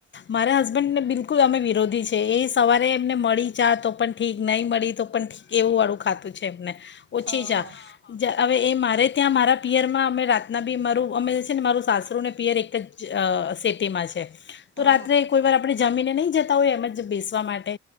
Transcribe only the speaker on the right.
હા
હા
હા